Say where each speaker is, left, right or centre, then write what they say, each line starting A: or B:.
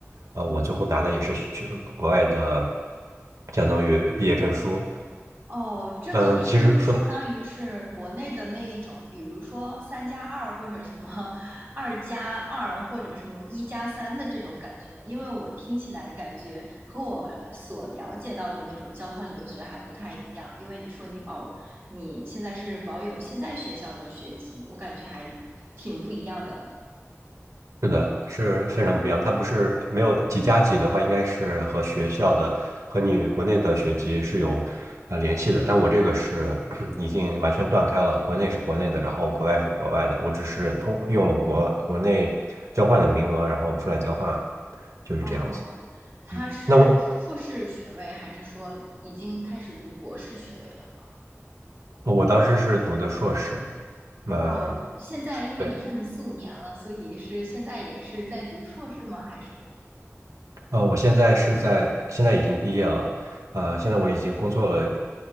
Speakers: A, on the right (about 85°); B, on the right (about 45°).
A: 呃，我最后拿的也是学国外的，相当于毕业证书。
B: 哦，这个是相当于是国内的那一种，
A: 嗯，其实说的
B: 比如说三加二或者什么二加二或者什么一加三的这种感觉吗？因为我听起来感觉和我所了解到的那种交换留学还不太一样。因为你说你保，你现在是保有现在学校的学籍，我感觉还挺不一样的。
A: 是的，是非常不一样。它不是没有几加几的话，应该是和学校的和你国内的学籍是有呃联系的。但我这个是 <clears throat> 已经完全断开了，国内是国内的，然后国外是国外的。我只是通用了国国内交换的名额，然后出来交换，就是这样子。
B: 哦，他是硕士学位还是说已经开始读博士学位了？
A: 嗯，那我我当时是读的硕士，嗯，
B: 哦，现在因为你说你四五年了，
A: 对，
B: 所以是现在也是在读硕士吗？还是？
A: 呃，我现在是在，现在已经毕业了，呃，现在我已经工作了